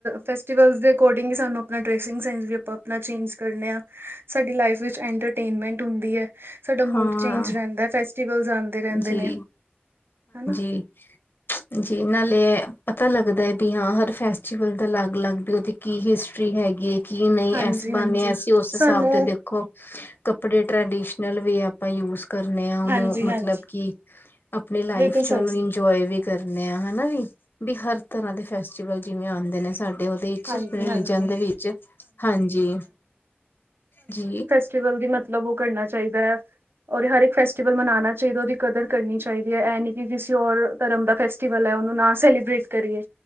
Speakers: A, on the right (about 65°); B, on the left (about 60°).
A: ਫੇਸਟਿਵਲ ਦੇ ਅਕੋਰਡਿੰਗ ਹੀ ਸਾਨੂੰ ਆਪਣਾ ਡਰੈਸਿੰਗ ਸੈਂਸ ਵੀ ਆਪਾਂ ਆਪਣਾ ਚੇਂਜ ਕਰਨੇ ਆ ਸਾਡੀ ਲਾਈਫ ਵਿੱਚ ਐਂਟਰਟੇਨਮੈਂਟ ਹੁੰਦੀ ਐ ਸਾਡਾ ਮੂਡ
B: ਹਾਂ
A: ਚੇਂਜ ਰਹਿੰਦਾ ਫੈਸਟੀਵਲਸ ਆਨ ਦੇ ਰਹਿੰਦੇ
B: ਜੀ
A: ਨੇ ਹੈਨਾ
B: <unintelligible> ਜੀ ਨਾਲੇ ਇਹ ਪਤਾ ਲੱਗਦਾ ਐ ਵੀ ਹਾਂ ਹਰ ਫੈਸਟੀਵਲ ਦਾ ਅਲਗ ਅਲੱਗ ਵੀ ਉਹ ਕੀ ਹਿਸਟਰੀ ਹੈਗੀ ਐ ਕੀ ਨਹੀਂ
A: ਹਾਂਜੀ
B: ਇਸ ਬਹਾਨੇ
A: ਹਾਂਜੀ
B: ਅਸੀਂ ਉਸ
A: ਸਾਨੂੰ
B: ਹਿਸਾਬ ਦੇ ਦੇਖੋ ਆਪਣੇ ਟਰੈਡੀਸ਼ਨਲ ਵੇ ਆਪਾਂ ਯੂਜ਼ ਕਰਨੇ ਆ ਉਹਨੂੰ
A: ਹਾਂਜੀ
B: ਮਤਲ
A: ਹਾਂਜੀ
B: ਮਤਲਬ ਕਿ ਆਪਣੀ ਲਾਈਫ
A: ਬਿਲਕੁਲ
B: ਚ
A: ਸਹੀ
B: ਉਹਨੂੰ ਇੰਜੋਏ ਵੀ ਕਰਨੇ ਆ ਹੈਨਾ ਵੀ ਵੀ ਹਰ ਤਰ੍ਹਾਂ ਦੇ ਫੈਸਟੀਵਲ ਜਿਵੇਂ ਆਉਂਦੇ ਨੇ ਸਾਡੇ ਉਹਦੇ <unintelligible>
A: ਹਾਂਜੀ ਹਾਂਜੀ
B: ਹਾਂਜੀ ਜੀ
A: ਫੈਸਟਿਵਲ ਮਤਲਬ ਉਹ ਕਰਨਾ ਚਾਹੀਦਾ ਐ, ਔਰ ਹਰ ਇੱਕ ਫੈਸਟੀਵਲ ਮਨਾਣਾ ਚਾਹੀਦਾ ਉਹਦੀ ਕਦਰ ਕਰਨੀ ਚਾਹੀਦੀ ਐ ਇਹ ਨੀ ਕਿ ਕਿਸੇ ਹੋਰ ਧਰਮ ਦਾ ਫੈਸਟੀਵਲ ਹੈ, ਉਹਨੂੰ ਨਾ ਸੇਲੀਬ੍ਰੇਟ ਕਰੀਏ